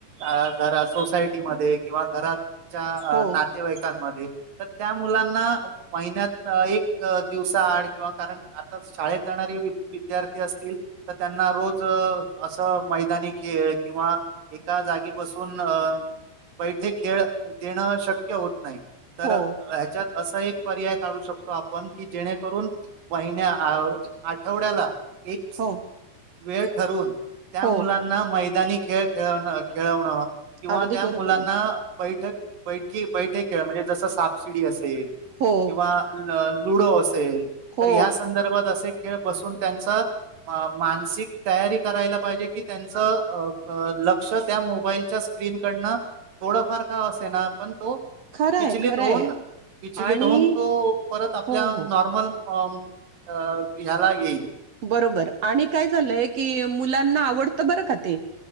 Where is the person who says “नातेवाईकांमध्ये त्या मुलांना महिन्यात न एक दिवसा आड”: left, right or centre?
Right